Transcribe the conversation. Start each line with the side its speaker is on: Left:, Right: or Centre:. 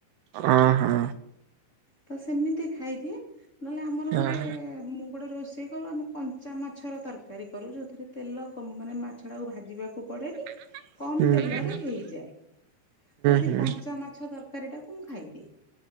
Right: ଅଁ ହଁ।
Left: ତ ସେମିତି ଖାଇଦିଏ ନହେଲେ ଆମର
Right: ହଁ
Left: ଗୋଟେ ମୁ ଗୋଟେ ରୋଷେଇ କରୁ ଆମେ କଞ୍ଚା ମାଛର ତରକାରୀ କରୁ। ଯେଉଁଥିରେ ତେଲ କମ ମାନେ ମାଛଟାକୁ ଭାଜିବାକୁ ପଡ଼େନି।
Right: <unintelligible>
Left: କମ ତେଲରେ
Right: ହୁଁ
Left: ହେଇଯାଏ। ତ ସେ
Right: ହୁଁ
Left: କଞ୍ଚା ମାଛ ତରକାରୀଟାକୁ ମୁଁ ଖାଇଦିଏ।